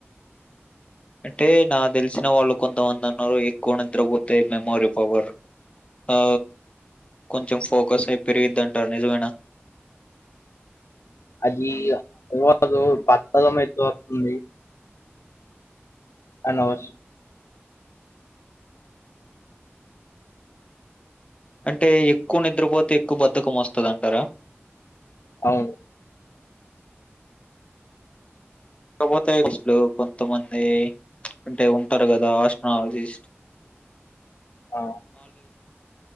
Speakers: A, on the left (about 25°); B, on the left (about 75°).
A: అంటే నా తెలిసిన వాళ్ళు కొంతమంది అన్నారు ఎక్కువ నిద్రపోతే మెమోరీ పవర్ ఆ కొంచెం ఫోకస్ అయి పెరిగిది అంటారు నిజమేైన
B: అదిదు బత్తదమయితు వస్తుంది అనస్
A: అంటే ఎక్కువ నిద్రపోతే ఎక్కువ బధకం వస్తుంది అంటారా
B: అవును
A: పోతేస్లు కొంతమంది అంటే ఉంటారు కదా ఆస్ట్రాలజిస్ట్
B: ఆ!
A: అలో